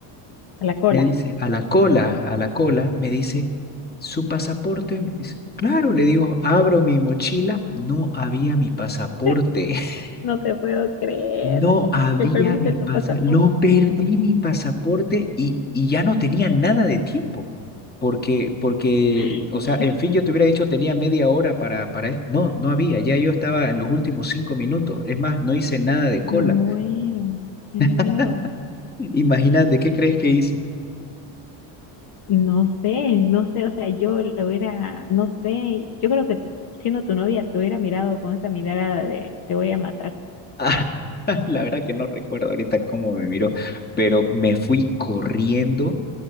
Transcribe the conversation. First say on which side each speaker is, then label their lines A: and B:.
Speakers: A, on the left (about 50°); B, on the left (about 20°).
A: A la cola.
B: me dice, a la cola, a la cola, me dice, ¿su pasaporte? Me dice, claro, le digo, abro mi mochila, no había mi pasaporte,
A: <laughs>
B: <laughs>
A: No te puedo creer
B: no había
A: que perdiste
B: mi
A: tu
B: pasaporte,
A: pasaporte.
B: lo perdí mi pasaporte y, y ya no tenía nada de tiempo. Porque, porque,
A: <laughs>
B: o sea, en fin, yo te hubiera dicho tenía media hora para, para esto. No, no había, ya yo estaba en los últimos cinco minutos. Es más, no hice nada de cola.
A: Me muero, me
B: <laughs>
A: muero.
B: Imagínate, ¿qué crees que hice?
A: No sé, no sé, o sea, yo lo hubiera, no sé, yo creo que siendo tu novia te hubiera mirado con esa mirada de te voy a matar,
B: <laughs> La verdad que no recuerdo ahorita cómo me miró, pero me fui corriendo